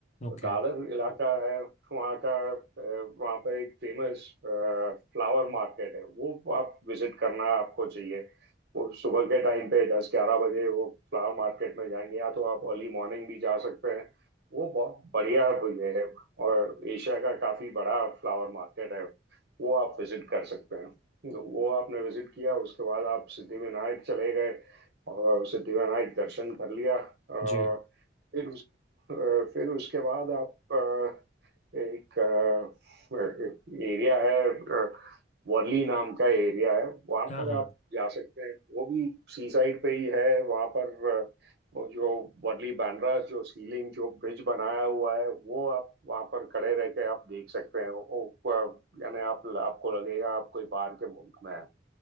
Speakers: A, on the left; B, on the right.
A: ओके
B: तो दादर इलाका है वहाँ का अ, वहाँ पर एक फेमस फ्लावर मार्केट है वो आप विजिट करना आपको चाहिए वो सुबह के टाइम पे दस ग्यारह बजे वो फ्लावर मार्केट में जाएंगे या तो आप अर्ली मॉर्निंग भी जा सकते हैं वो बहुत बढ़िया ये है और एशिया का काफी बड़ा फ्लावर मार्केट है वो आप विजिट कर सकते हैं तो वो आपने विजिट किया उसके बाद आप सिद्धिविनायक चले गए और सिद्धिविनायक दर्शन कर लिया अ,
A: जी
B: फिर उस अ, फिर उसके बाद आप अ, एक एरिया है वर्ली नाम का एरिया है वहां
A: हाँ
B: पर
A: हाँ
B: आप जा सकते हैं वो भी सी साइड पे ही है वहां पर अ, वो जो वर्ली बांद्रा जो सीलिंग जो ब्रिज बनाया हुआ है वो आप वहां पर खड़े रह के आप देख सकते हैं वो अ, यानी आप आपको लगेगा आप कोई बाहर के मुल्क में है